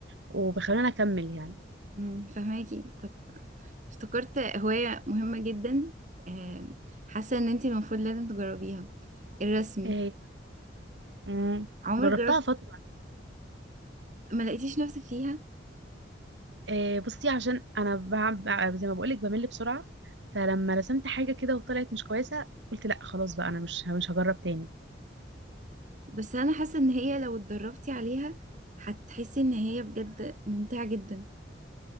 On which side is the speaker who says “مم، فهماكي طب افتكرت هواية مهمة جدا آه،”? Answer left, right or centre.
Right